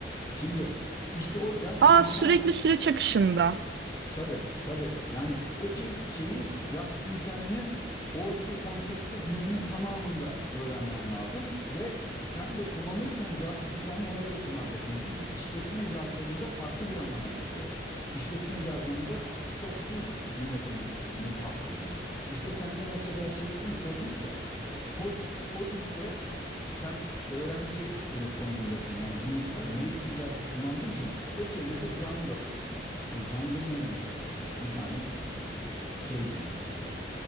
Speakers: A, on the left (about 20°); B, on the right (about 65°).
A: Şimdi işte o just
B: Aa
A: in
B: sürekli
A: time
B: süreç akışında.
A: Tabii tabii. Yani o kel- şeyi just in time'ı oradaki kontekste cümlenin tamamında öğrenmen lazım ve sen de kullanırken just in time ona göre kullanacaksın. Çünkü işletme jargonunda farklı bir anlama geliyor. o. İşletme jargonunda stoksuz yönetim mi kastediyor? İşte sen de mesela şeysin coding ya. Kod, coding'de sen öğrenci kuru- konumundasın. Yani bunun e, native'ler kullandığı için okey mesela jungle Hani jungle ne demek mesela? Bir tane e, şey dili mesela